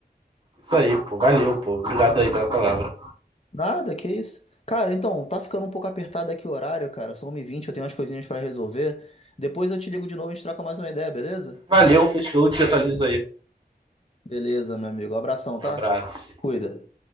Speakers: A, on the right; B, on the left.
A: Isso aí, pô. Valeu, pô. Obrigado aí pela palavra.
B: Nada, que isso. Cara, então, tá ficando um pouco apertado aqui o horário, cara. São 1h20, eu tenho umas coisinhas pra resolver. Depois eu te ligo de novo, a gente troca mais uma ideia, beleza?
A: Valeu, fechou. Te atualizo aí.
B: Beleza, meu amigo. Abração, tá?
A: Abraço.
B: Se cuida.